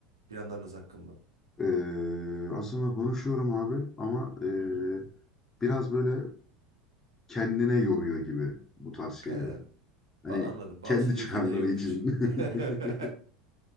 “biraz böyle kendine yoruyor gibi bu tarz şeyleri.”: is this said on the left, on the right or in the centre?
Left